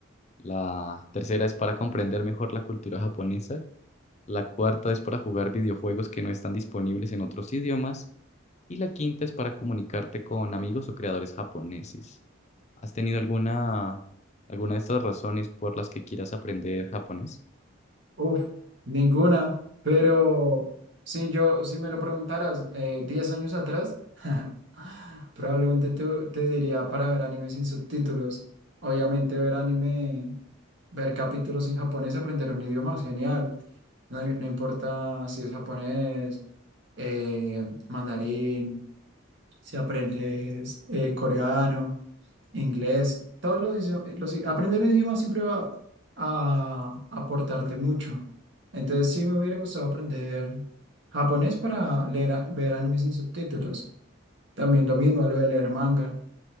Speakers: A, on the left; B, on the right.
A: La tercera es para comprender mejor la cultura japonesa. La cuarta es para jugar videojuegos que no están disponibles en otros idiomas. Y la quinta es para comunicarte con amigos o creadores japoneses. ¿Has tenido alguna, alguna de estas razones por las que quieras aprender japonés?
B: Uf, ninguna. Pero si yo, si me lo preguntaras eh, 10 años atrás, <sighs> probablemente te, te diría para ver anime sin subtítulos. Obviamente ver anime, ver capítulos en japonés, aprender un idioma, genial. No, no importa si es japonés, eh, mandarín, si aprendes eh, coreano, inglés, todos los, idiomas- aprender un idioma siempre va a aportarte mucho. Entonces sí me hubiera gustado aprender japonés para leer, a- ver animes sin subtítulos. También lo mismo, lo de leer manga.